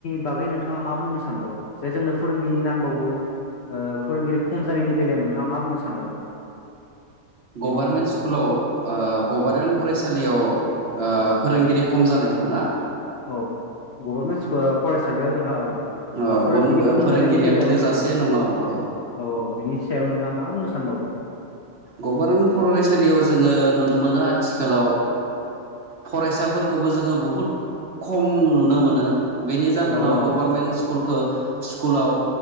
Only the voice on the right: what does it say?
गभार्नमेन्ट स्कुलाव गभार्नमेन्ट फरायसालियाव
फोरोंगिरि खम जानाय गोथौना।
ओ
फोरोंगिरिया
थोजासे
नङा औ
गभर्नमेंट फरायसालियाव जोङो नुनो मोनो आथिखालाव फरायसाफोरखौ जोङो बहुद खम नुनो मोन बेनि जोनाव
गभर्नमेंट स्कुलखौ स्कुलाव